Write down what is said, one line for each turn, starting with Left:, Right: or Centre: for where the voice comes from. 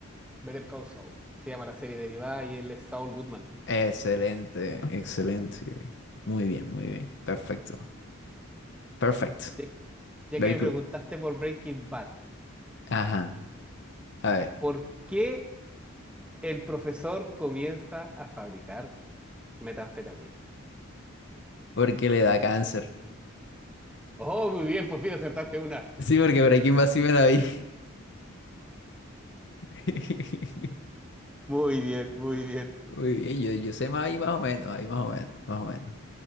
Centre: Better Call Saul. Se llama la serie derivada y él es Saul Goodman.
Left: Excelente, excelente. Muy bien, muy bien. Perfecto. Perfecto.
Centre: Ya ya
Left: Very
Centre: que me
Left: good.
Centre: preguntaste por Breaking Bad,
Left: Ajá. A ver.
Centre: ¿por qué el profesor comienza a fabricar metanfetamina.
Left: Porque le da cáncer.
Centre: Oh, muy bien, por fin acertaste una.
Left: Sí, porque por aquí más sí me la vi. <laughs>
Centre: Muy bien, muy bien.
Left: Muy bien, yo, yo sé más ahí más o menos, ahí más o menos, más o menos.